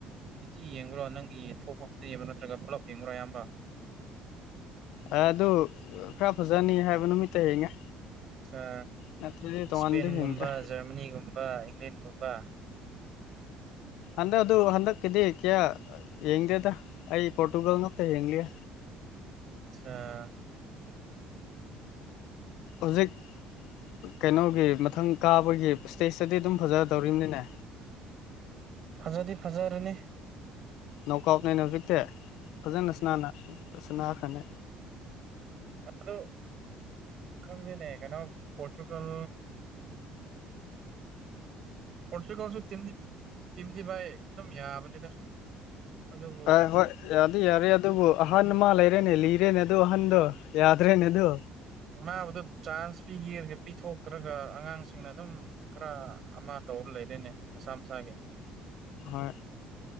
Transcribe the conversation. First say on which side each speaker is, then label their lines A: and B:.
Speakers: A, on the right; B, on the left.
A: ꯅꯤꯇꯤ ꯌꯦꯡꯕ꯭ꯔꯣ ꯅꯪꯒꯤ ꯊꯣꯛꯄ ꯈꯛꯇ ꯌꯦꯡꯕ꯭ꯔ ꯅꯠꯇ꯭ꯔꯒ ꯄꯨꯂꯞ ꯌꯦꯡꯕ꯭ꯔꯥ ꯌꯥꯝ
B: ꯑꯦ ꯑꯗꯨ ꯈꯔ ꯐꯖꯅꯤ ꯍꯥꯏꯕ ꯅꯨꯃꯤꯠꯇ ꯌꯦꯡꯉꯦ
A: ꯑꯠꯆ
B: ꯅꯠꯇ꯭ꯔꯗꯤ ꯇꯣꯉꯥꯟꯅꯗꯤ
A: ꯁ꯭ꯄꯦꯟꯒꯨꯝꯕ
B: ꯌꯦꯡꯗ꯭ꯔꯦ
A: ꯖꯔꯃꯅꯤꯒꯨꯝꯕ ꯏꯪꯂꯦꯟ ꯒꯨꯝꯕ
B: ꯍꯟꯗꯛ ꯑꯗꯨ ꯍꯟꯗꯛꯀꯤꯗꯤ ꯀ꯭ꯌꯥ ꯌꯦꯡꯗꯦꯗ ꯑꯩ ꯄꯣꯔꯇꯨꯒꯜ ꯉꯥꯛꯇ ꯌꯦꯡꯂꯤꯌꯦ
A: ꯑꯠꯆꯥ
B: ꯍꯨꯖꯤꯛ ꯀꯩꯅꯣꯒꯤ ꯃꯊꯪ ꯀꯥꯕꯒꯤ ꯁ꯭ꯇꯦꯖꯇꯗꯤ ꯗꯨꯝ ꯐꯖꯗꯧꯔꯤꯝꯅꯤꯅꯦ
A: ꯐꯖꯗꯤ ꯐꯖꯔꯅꯤ
B: ꯅꯣꯛꯀꯥꯎꯅꯦꯅ ꯍꯧꯖꯤꯛꯇꯤ ꯐꯖꯅ ꯁꯥꯅꯥꯅ ꯁꯅꯈ꯭ꯔꯅꯤ
A: ꯑꯗꯣ ꯈꯪꯗꯦꯅꯦ ꯀꯩꯅꯣ ꯄꯣꯔꯇꯨꯒꯜ ꯄꯣꯔꯇꯨꯒꯜꯁꯨ ꯇꯤꯝꯗꯤ ꯇꯤꯝꯗꯤ ꯚꯥꯏ ꯑꯗꯨꯝ ꯌꯥꯕꯅꯤꯗ ꯑꯗꯨꯕꯨ
B: ꯑ ꯍꯣꯏ ꯌꯥ ꯑꯗꯨ ꯌꯥꯔꯦ ꯑꯗꯨꯕꯨ ꯑꯍꯥꯟ ꯑꯃ ꯂꯩꯔꯦꯅꯦ ꯂꯤꯔꯦꯅꯦ ꯑꯗꯨ ꯑꯍꯟꯗꯣ ꯌꯥꯗ꯭ꯔꯦꯅꯦ ꯗꯨ
A: ꯃꯥꯕꯨꯗꯨ ꯆꯥꯟꯁ ꯄꯤꯒꯦꯔꯒ ꯄꯤ ꯊꯣꯛꯇ꯭ꯔꯒ ꯑꯉꯥꯡꯁꯤꯡꯅ ꯑꯗꯨꯝ ꯈꯔ ꯑꯃ ꯇꯧꯔ ꯂꯩꯔꯦꯅꯦ ꯃꯁꯥ ꯃꯁꯥꯒꯤ
B: ꯍꯣꯏ